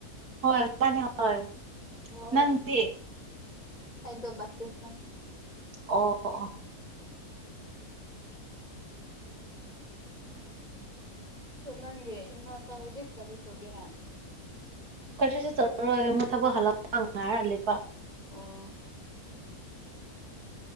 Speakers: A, on the right; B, on the left.
A: ꯍꯣꯏ ꯃꯥꯅꯦ ꯍꯣꯏ
B: ꯑꯣ
A: ꯅꯪꯗꯤ
B: ꯑꯩꯗꯣ ꯕꯥꯞꯇꯤꯁꯅꯦ꯫
A: ꯑꯣ ꯑꯣ
B: <unintelligible> ꯅꯪꯒꯤ ꯏꯃꯥ ꯄꯥꯎꯗꯤ ꯀꯔꯤ ꯇꯧꯒꯦꯔꯥ
A: ꯀꯔꯤꯁꯨ ꯇꯧꯔꯔꯣꯏ ꯑꯃꯨꯛ ꯊꯕꯛ ꯍꯜꯂꯛꯄ ꯉꯥꯏꯔ ꯂꯩꯕ
B: ꯑꯣ